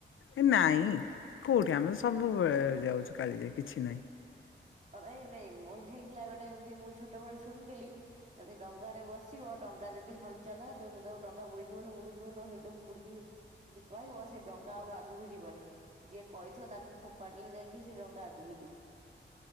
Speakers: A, on the left; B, on the right.
A: ହେ ନାଇଁ କୋଉଠି ଆମେ ତ ସବୁବେଳେ ଯାଉଛୁ କାଳିଜାଇ କିଛି ନାହିଁ।
B: ଏ ନାଇଁ ମୋ ହେଇଥିଲା ଗୋଟେ ଏମିତି ମୁଁ ଛୋଟ ବେଳେ ଶୁଣିଥିଲି। ଯଦି ଡଙ୍ଗାରେ ବସିବ ଡଙ୍ଗା ଯଦି ହଲଚଲ ହବ ତୁମେ ଯଦି କହିବ ଡଙ୍ଗା ବୁଡି ଯିବଲୋ ବୁଡ଼ି ଯିବଲୋ ହେଇଲୋ ମୁଁ ବୁଡ଼ିଯିବି ଯଦି କହିବ ସେ ଡଙ୍ଗା ଆଉ ଆଗକୁ ଯିବନି। ଯିଏ କହିଥିବ ତାକୁ ଫୋପାଡ଼ିଲେ ଯାଇକି ସେ ଡଙ୍ଗା ଆଗକୁ ଯିବ।